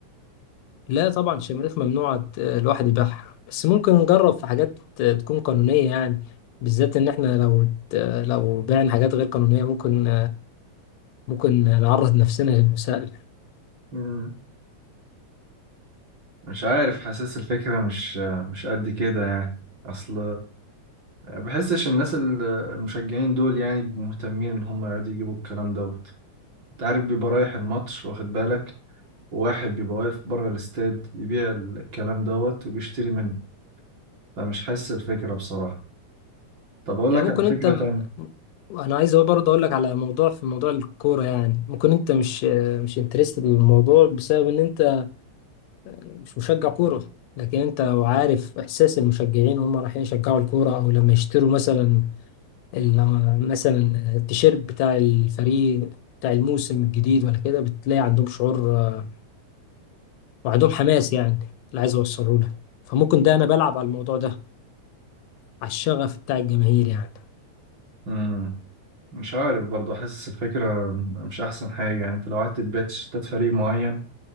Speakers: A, on the left (about 80°); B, on the right (about 45°).
A: لا طبعا الشماريخ ممنوع ت- الواحد يبيعها بس ممكن نجرب في حاجات تكون قانونية يعني بالذات إن إحنا لو ت- لو بعنا حاجات غير قانونية ممكن ممكن نعرض نفسنا للمساءلة
B: مم، مش عارف حاسس الفكرة مش مش قد كده يعني اصل بحسش الناس ال- المشجعين دول يعني مهتمين ان هم يقعدوا يجيبوا الكلام دوت انت عارف بيبقى رايح الماتش واخد بالك وواحد بيبقى واقف بره الاستاد يبيع الكلام دوت وبيشتري منه فمش حاسس الفكرة بصراحة طب اقول
A: يعني
B: لك
A: ممكن
B: على فكرة
A: أنت م-
B: تانية
A: أنا عايز برضه أقول لك على موضوع في موضوع الكورة يعني ممكن أنت مش مش انترستد بالموضوع بسبب إن أنت مش مشجع كورة لكن أنت لو عارف إحساس المشجعين وهم رايحين يشجعوا الكورة أو لما يشتروا مثلا ال- مثلا التيشيرت بتاع الفريق بتاع الموسم الجديد ولا كده بتلاقي عندهم شعور آه، وعندهم حماس يعني اللي عايز اوصله لها فممكن ده انا بلعب على الموضوع ده على الشغف بتاع الجماهير يعني
B: امم مش عارف برضه حاسس الفكرة مش احسن حاجة يعني انت لو قعدت تبيع تيشيرتات فريق معين